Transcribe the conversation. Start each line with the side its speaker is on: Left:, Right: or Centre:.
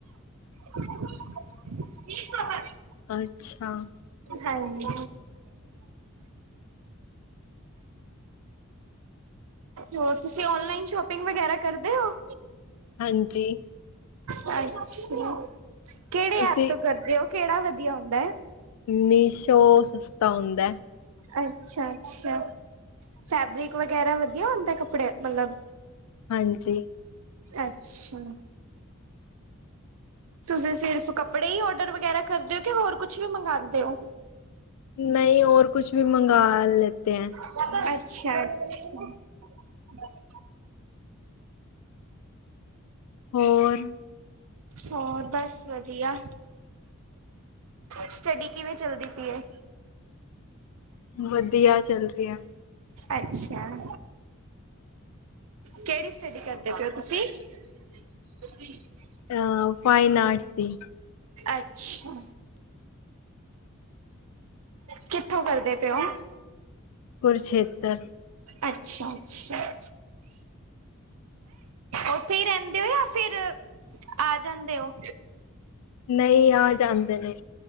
Right: <unintelligible> <unintelligible>
Left: ਅੱਛਾ।
Right: ਹਾਂਜੀ। ਹੋਰ ਤੁਸੀਂ ਓਨਲਾਈਨ ਸ਼ੋਪਿੰਗ ਵਗੈਰਾ ਕਰਦੇ ਓ?
Left: ਹਾਂਜੀ।
Right: ਅੱਛਾ, ਕੇਹੜੇ
Left: ਤੁਸੀਂ
Right: ਐਪ ਤੋਂ ਕਰਦੇ ਓ ਕੇੜਾ ਵਧੀਆ ਹੁੰਦਾ ਐ?
Left: ਮੀਸ਼ੋ ਸਸਤਾ ਹੁੰਦਾ ਐ।
Right: ਅੱਛਾ-ਅੱਛਾ, ਫੈਬਰਿਕ ਵਗੈਰਾ ਵਧੀਆ ਹੁੰਦਾ ਕੱਪੜੇ ਮਤਲਬ
Left: ਹਾਂਜੀ।
Right: ਅੱਛਾ। ਤੁਸੀਂ ਸਿਰਫ ਕੱਪੜੇ ਈ ਓਡਰ ਵਗੈਰਾ ਕਰਦੇ ਓ ਕਿ ਹੋਰ ਕੁੱਛ ਵੀ ਮੰਗਾਂਦੇ ਓ?
Left: ਨਹੀਂ, ਓਰ ਕੁੱਛ ਵੀ ਮੰਗਵਾ ਲੇਤੇ ਹੈ।
Right: ਅੱਛਾ-ਅੱਛਾ।
Left: ਹੋਰ
Right: ਹੋਰ ਬਸ ਵਧੀਆ। ਸਟੱਡੀ, ਕਿਵੇਂ ਚੱਲਦੀ ਪਈ ਏ?
Left: ਵਧੀਆ ਚੱਲ ਰਹੀ ਹੈ
Right: ਅੱਛਾ, ਕਿਹੜੀ ਸਟੱਡੀ ਕਰਦੇ ਪਏ ਓ ਤੁਸੀਂ? <unintelligible>
Left: ਅ ਫਾਈਨ ਆਰਟਸ ਦੀ।
Right: ਅੱਛਾ। ਕਿੱਥੋਂ ਕਰਦੇ ਪਏ ਹੋ?
Left: ਕੁਰਕਸ਼ੇਤਰ।
Right: ਅੱਛਾ-ਅੱਛਾ ਓਥੇ ਈ ਰਹਿੰਦੇ ਹੋ ਜਾ। ਫਿਰ ਆ ਜਾਂਦੇ ਓ?
Left: ਨਹੀ ਆ ਜਾਂਦੇ ਨੇ